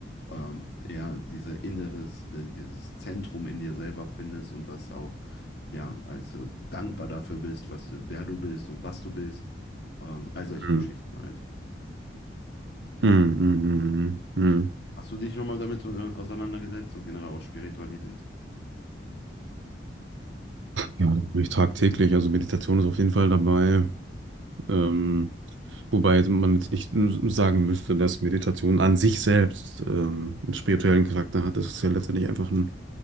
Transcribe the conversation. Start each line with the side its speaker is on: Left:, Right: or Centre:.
Left: ähm, eher diese Inneres, äh, dieses Zentrum in dir selber findest und das auch ja, also dankbar dafür bist, was, du- wer du bist und was du bist. Ähm, all solche
Right: Hm,
Left: Geschichten halt.
Right: hm, hm, hm. hm.
Left: Hast du dich schon mal damit äh, auseinandergesetzt, so generell auch Spiritualität?
Right: Ja, das mache ich tagtäglich. Also Meditation ist auf jeden Fall dabei. Ähm, wobei man jetzt nicht sagen müsste, dass Meditation an sich selbst ähm, einen spirituellen Charakter hat. Das ist ja letztendlich einfach ein,